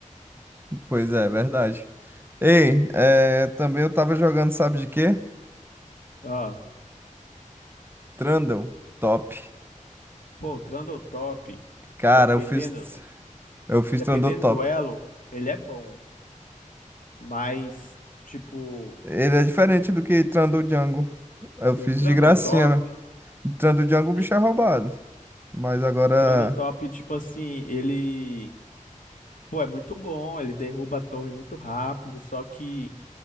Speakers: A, on the right; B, on the left.
A: Pois é, verdade. Ei, é, também eu tava jogando, sabe de quê?
B: Ah,
A: Trundle Top.
B: pô, o Trundle top,
A: Cara,
B: dependendo,
A: eu fiz. Eu fiz
B: dependendo
A: Trundle Top.
B: do elo. Ele é bom, Mas, tipo,
A: Ele é diferente do que Trundle Django. Eu
B: o
A: fiz
B: Trandotop,
A: de gracinha, né? Trundle Django o bicho
B: é,
A: é roubado. Mas agora.
B: o Trandotop, tipo assim, ele, pô, é muito bom, ele derruba a torre muito rápido, só que